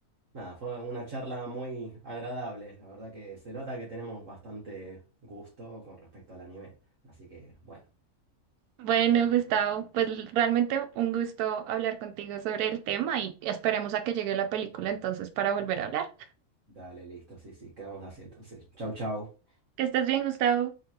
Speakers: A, on the right; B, on the right.
A: nada, fue una charla muy agradable. La verdad que se nota que tenemos bastante gusto con respecto al anime. Así que, bueno,
B: bueno, Gustavo, pues l- realmente un gusto hablar contigo sobre el tema y esperemos a que llegue la película entonces para volver a hablar.
A: dale, listo, sí, sí, quedamos así entonces. Chau, chau.
B: Que estés bien, Gustavo.